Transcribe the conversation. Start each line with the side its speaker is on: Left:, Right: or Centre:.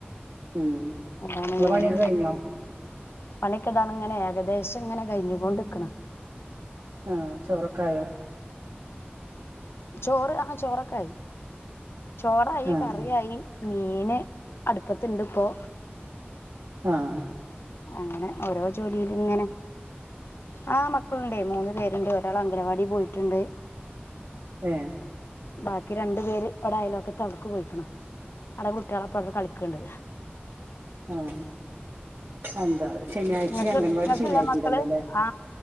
Right: ഉം
Left: അതാണ്.
Right: ഇങ്ങളെ പണിയൊക്കെ കഴിഞ്ഞോ
Left: പണിക്കതാണ് ഇങ്ങനെ ഏകദേശം, ഇങ്ങനെ കഴിഞ്ഞു കൊണ്ടിരിക്കന്ന്.
Right: ആഹ ചോറക്കായോ?
Left: ചോറ് ആഹാ ചോറൊക്കെ ആയി, ചോറയി
Right: ആഹ്
Left: കറിയായി. മീന് അടുപ്പത്തിണ്ട് ഇപ്പോ.
Right: ആഹ,
Left: അങ്ങനെ ഓരോ ജോലിയിലും ഇങ്ങനെ. ആഹാ മക്കളുണ്ട് മൂന്ന് പേരുണ്ട്, ഒരാൾ അംഗലവാടി പോയിട്ടുണ്ട്.
Right: ആഹാ,
Left: ബാക്കി രണ്ടു പേര് ഇവിടെ ആയലോക്കത്ത് അവിടക്ക്- പോയിക്കണം അവിടെ- കുട്ടികളെപ്പവിടെ കളിക്കണ്ട്.
Right: ആഹ എന്താ പറ. ശനിയാഴ്ചയും,
Left: നിങ്ങക്ക്
Right: അംഗൻവാടി
Left: നിങ്ങക്കില്ലേ
Right: ശനിയാഴ്ച
Left: മക്കള്
Right: ഉണ്ടല്ലോ അല്ലേ,
Left: ആ